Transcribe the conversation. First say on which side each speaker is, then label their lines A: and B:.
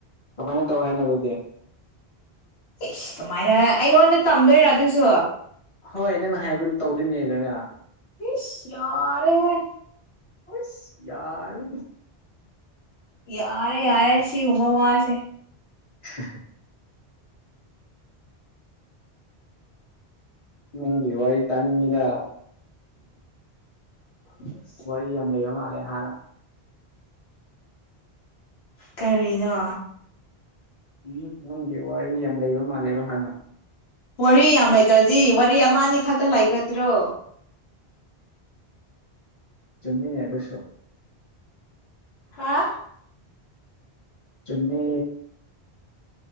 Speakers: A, on the left; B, on the left.
A: ꯀꯃꯥꯏꯅ ꯇꯧ ꯍꯥꯏꯅ ꯑꯗꯨꯗꯤ
B: ꯏꯁ ꯀꯃꯥꯏꯅ ꯑꯩꯉꯣꯟꯗ ꯇꯝꯗꯣꯏꯔꯥ ꯑꯗꯨꯁꯨ
A: ꯍꯣꯏ ꯅꯪꯅ ꯍꯥꯏꯕꯗꯨ ꯇꯧꯗꯣꯏꯅꯦ ꯂꯣꯏꯅ
B: ꯏꯁ ꯌꯥꯔꯦꯍꯦ
A: ꯍꯣꯏ <unintelligible> ꯌꯥꯔꯦ
B: ꯌꯥꯔꯦ ꯌꯥꯔꯦ ꯁꯤꯒꯨꯝꯕ ꯋꯥꯁꯦ
A: ꯍ <unintelligible> ꯅꯪꯒꯤ ꯋꯥꯔꯤ ꯇꯅꯤꯡꯉꯤꯗ
B: <inaudible>
A: ꯋꯥꯔꯤ ꯌꯥꯝ ꯂꯩꯕ ꯃꯥꯜꯂꯦ ꯍꯥꯟꯅ
B: ꯀꯔꯤꯅꯣ
A: ꯎꯝ ꯅꯪꯗꯤ ꯋꯥꯔꯤ ꯌꯥꯝ ꯂꯩꯕ ꯃꯥꯜꯂꯦꯕ ꯍꯥꯟꯅ
B: ꯋꯥꯔꯤ ꯌꯥꯝ ꯂꯩꯇ꯭ꯔꯗꯤ ꯋꯥꯔꯤ ꯑꯃ ꯑꯅꯤ ꯈꯛꯇ ꯂꯩꯥꯒꯗ꯭ꯔꯣ
A: ꯆꯨꯝꯃꯤꯅꯦ ꯑꯗꯨꯁꯨ
B: ꯍꯥ
A: ꯆꯨꯝꯃꯦ